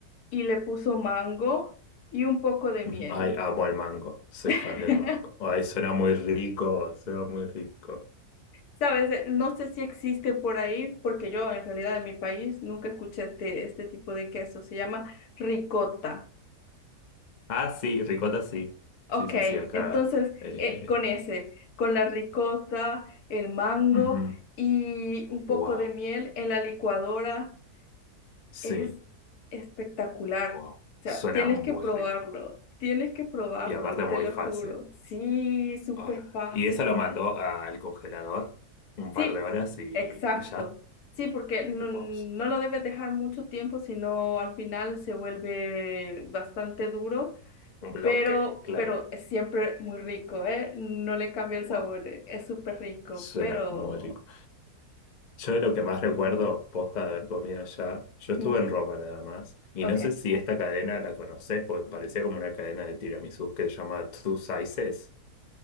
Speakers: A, on the left; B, on the left.
A: y le puso mango y un poco de miel.
B: Ujú. Ay, amo el mango, soy
A: <laughs>
B: fan del mango. Ay, suena muy rico, suena muy rico.
A: Sabes, Eh, no sé si existe por ahí, porque yo en realidad en mi país nunca escuché este, este tipo de queso. Se llama ricota.
B: Ah, sí, ricota sí.
A: Ok,
B: Sí, sí, sí, acá.
A: entonces
B: eh,
A: eh,
B: eh,
A: con
B: eh.
A: ese, con la ricota, el mango
B: ujú.
A: y un poco
B: Wow,
A: de miel en la licuadora
B: sí,
A: es espectacular.
B: wow.
A: O sea,
B: Suena
A: tienes
B: muy
A: que probarlo,
B: rico.
A: tienes que probarlo,
B: Y aparte
A: te
B: muy
A: lo
B: fácil.
A: juro. Sí, súper
B: Ah,
A: fácil.
B: Y eso lo mandó al congelador un
A: Sí,
B: par de horas y,
A: exacto.
B: y ya.
A: Sí, porque no,
B: Wow,
A: no lo debes dejar mucho tiempo, sino al final se vuelve bastante duro,
B: un bloque,
A: pero,
B: claro.
A: pero es siempre muy rico, ¿eh? No le cambia
B: Wow,
A: el sabor, eh, es súper rico,
B: suena
A: pero...
B: muy rico. Yo de lo que más recuerdo, posta de haber comido allá, yo estuve
A: mm,
B: en Roma nada más, y
A: Ok.
B: no sé si esta cadena la conoces, porque parecía como una cadena de tiramisús que se llama Two Sizes.